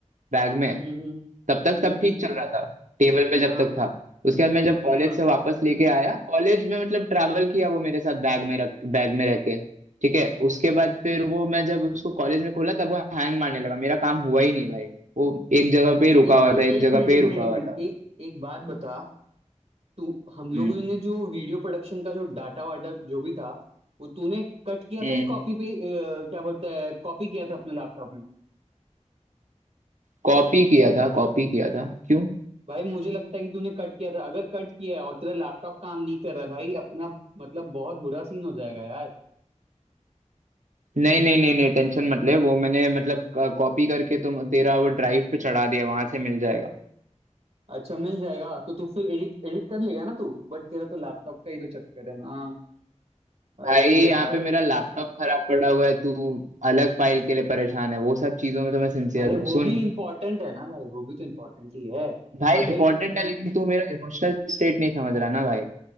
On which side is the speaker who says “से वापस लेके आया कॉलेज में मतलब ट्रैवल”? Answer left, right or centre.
Right